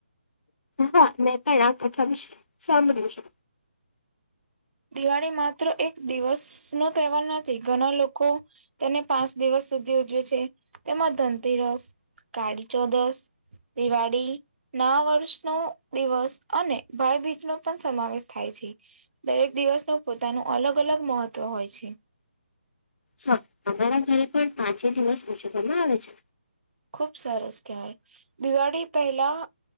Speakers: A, on the left; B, on the right.
A: હા મેં પણ આ કથા વિશે સાંભળ્યું છે.
B: દિવાળી માત્ર એક દિવસ નો તહેવાર નથી ઘણા લોકો તેને પાંચ દિવસ સુધી ઉજવે છે તેમાં ધનતેરસ કાળી ચૌદસ દિવાળ નવાવર્ષનો દિવસ અને ભાઈબીજ નો પણ સમાવેશ થાય છે દરેક દિવસનું પોતાનું અલગ અલગ મહત્વ હોય છે
A: હા અમારા ઘરે પણ પાંચે દિવસ ઉજવવામાં આવે છે
B: ખુબ સરસ કહેવાય દિવાળી પહેલા